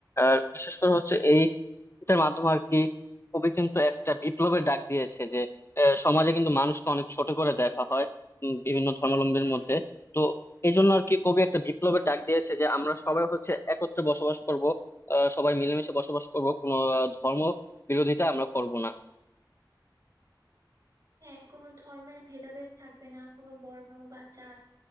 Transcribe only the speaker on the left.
আর বিশেষ করে হচ্ছে এই এটার মাধ্যমে আর কি কবি কিন্তু একটা বিপ্লবের ডাক দিয়েছে যে আহ, সমাজে কিন্তু মানুষকে অনেক ছোট করে দেখা হয় উম, বিভিন্ন ধর্মাবলম্বীর
মধ্যে
তো এই জন্য আর কি কবি একটা বিপ্লবের ডাক দিয়েছে যে আমরা সবাই হচ্ছে একত্রে বসবাস করব সবাই মিলেমিশে বসবাস করব কোনো আহ, ধর্ম বিরোধিতা আমরা করব না